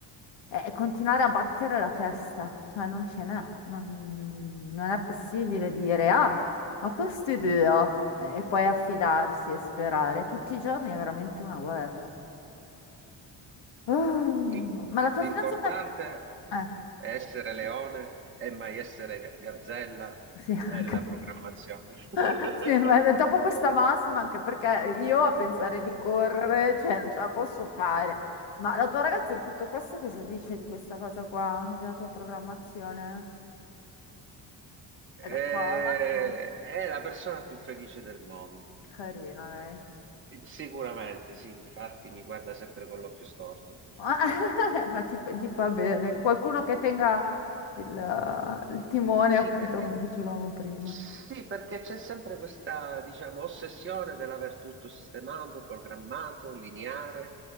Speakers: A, on the left; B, on the right.
A: È è continuare a battere la testa, cioè non ce n'è, non, non è possibile dire ah, ho questi due, oh, e poi affidarsi e sperare. Tutti i giorni è veramente una guerra. Oh,
B: l'im-
A: ma la tua
B: L'importante
A: fidanzata... Eh,
B: è essere leone e mai essere ga- gazzella
A: sì, anche-
B: nella programmazione. <laughs>
A: <laughs> sì, ma dopo questa massima, anche perché io a pensare di correre, cioè, non ce la posso fare. Ma la tua ragazza in tutto questo cosa dice di questa cosa qua, della tua programmazione?
B: Eh,
A: È d'accordo?
B: è la persona più felice del mondo.
A: Carina lei.
B: Sicuramente, sì, infatti mi guarda sempre con l'occhio storto.
A: <laughs> Ma ti fa- gli fa bene. Qualcuno che tenga... il, il timone,
B: Sì,
A: appunto,
B: perché
A: come dicevamo prima.
B: sì, perché c'è sempre questa, diciamo, ossessione dell'aver tutto sistemato, programmato, lineare,